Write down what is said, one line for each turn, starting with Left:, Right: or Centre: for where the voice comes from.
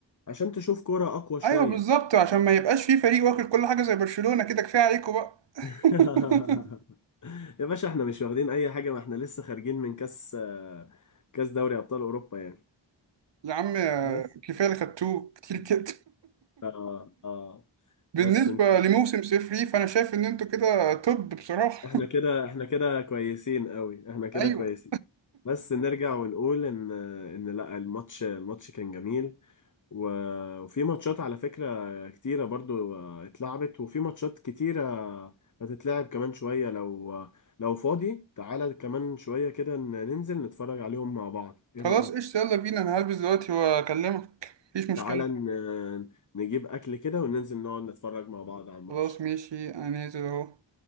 Left: عشان تشوف كرة اقوى شويه
Right: ايوه بالظبط عشان ما يبقاش في فريق واكل كل حاجة زي برشلونة كده كفاية عليكم بقى <laughs>
Left: <laughs> يا باشا احنا مش واخدين اي حاجه ما احنا لسه خارجين من كاس آه، كاس دوري ابطال اوروبا يعني
Right: يا عم آه،
Left: بس
Right: كفاية اللي خدتوه كتير كده
Left: اه اه
Right: بالنسبة
Left: بس انت
Right: لموسم صفر ليه فأنا شايف إن أنتوا كده طب بصراحة
Left: احنا كده احنا كده كويسين قوي احنا كده
Right: أيوه
Left: كويسين بس نرجع ونقول ان ان لا الماتش الماتش كان جميل و- وفي ماتشات على فكرة كتيرة برضو آه، اتلعبت وفي ماتشات كتيرة هتتلعب كمان شوية لو آه، لو فاضي تعالى كمان شوية كده ن- ننزل نتفرج عليهم مع بعض ايه
Right: خلاص
Left: رأيك؟
Right: قشطة يلا بينا أنا هلبس دلوقتي وأكلمك مفيش مشكلة
Left: تعالى ن- نجيب أكل كده وننزل نقعد نتفرج مع بعض على الماتش
Right: خلاص ماشي أنا نازل أهو